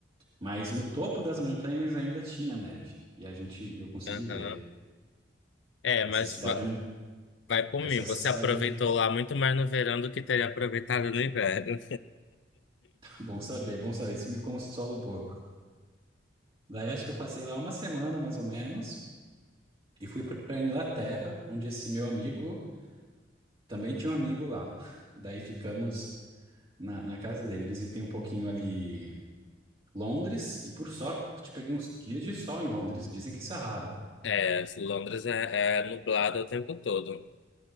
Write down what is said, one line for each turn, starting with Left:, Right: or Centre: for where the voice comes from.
Right: mas no topo das montanhas ainda tinha neve. E a gente, eu consegui
Left: aham.
Right: ver.
Left: É, mas
Right: Essa cidade
Left: va-
Right: onde,
Left: vai por
Right: essa
Left: mim.
Right: cidade
Left: Você aproveitou
Right: onde
Left: lá muito mais no verão do que teria aproveitado no inverno.
Right: Bom saber, bom saber. Isso me consola um pouco. Daí acho que eu passei lá uma semana, mais ou menos, e fui para Inglaterra, onde esse meu amigo também tinha um amigo lá. Daí ficamos na, na casa dele. Visitei um pouquinho ali Londres, e por sorte peguei uns dias de sol em Londres. Dizem que isso é raro.
Left: É, Londres é, é nublado o tempo todo.